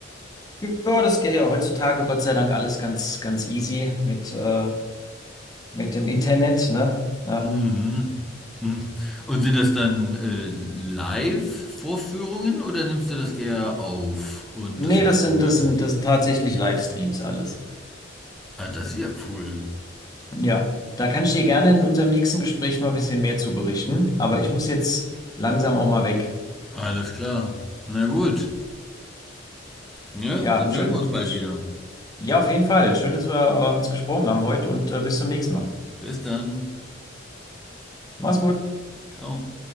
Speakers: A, on the left; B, in the centre.
A: Ja, das geht ja heutzutage Gott sei Dank alles ganz, ganz easy mit, äh, mit dem Internet, ne? Ja.
B: Mhm. Mhm. Und sind das dann äh, Live-Vorführungen oder nimmst du das eher auf? Und
A: Nee,
B: das wird
A: das
B: dann
A: sind,
B: irgendwie.
A: das sind, das sind tatsächlich Livestreams alles.
B: Ah, das ist ja cool.
A: Ja. Da kann ich dir gerne in unserem nächsten Gespräch mal ein bisschen mehr zu berichten, aber ich muss jetzt langsam auch mal weg.
B: Alles klar. Na gut. Ja,
A: Ja,
B: dann
A: schön.
B: hören wir uns bald
A: sch-
B: wieder.
A: Ja, auf jeden Fall. Schön, dass wir, äh, uns gesprochen haben heute und, äh, bis zum nächsten Mal.
B: Bis dann.
A: Mach's gut.
B: Ciao.